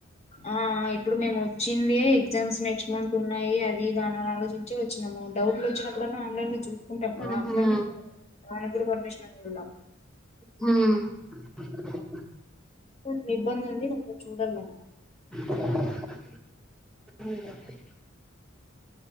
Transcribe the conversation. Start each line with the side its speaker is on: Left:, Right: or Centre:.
Left: ఆ ఇప్పుడు మేం వచ్చిందే ఎగ్జామ్స్ నెక్స్ట్ మంత్ ఉన్నాయి అది ఇది దన్ ఆలోచించ్ చ్చే వచ్చినము డౌట్లు వచ్చినప్పుడ ఆన్లైన్లో చూస్ ఉంటాం కదా
Centre: ఉహుం.
Left: అట్లని ఆయనక్ గుడా పర్మిషన్ <unintelligible>
Centre: మ్మ్
Left: కొంత ఇబ్బందుంది కొంత చూడను
Centre: <inaudible>